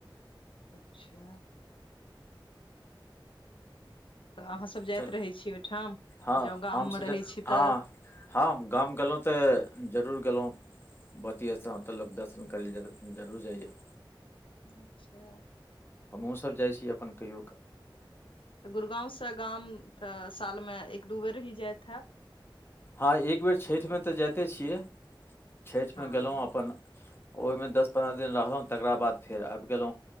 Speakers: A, on the left; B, on the left.
A: अच्छा तऽ अहाँ सब जाइत
B: चल
A: रहै छी ओहिठाम
B: हँ
A: जो गाम
B: हमसभ
A: मे
B: जा
A: रहै छी
B: हँ
A: तऽ
B: हम गाम गेलहुँ तऽ जरूर गेलहुँ बती ओतऽ ल दर्शन करै लए जरूर जाइएा
A: अच्छा
B: हम हुँ सभ जाइ छी अपन कहियो कऽ
A: तऽ गुरगाँवसँ गाम तऽ सालमे एक दू बेर ही जाइत हेब
B: हँ एक बेर छठि मऽ तऽ जाइते छियै छठि
A: हँ
B: मे गेलहुं अपन ओहिमे दस पन्द्रह दिन रहलहुँ तकरा बाद फेर आबि गेलहुँ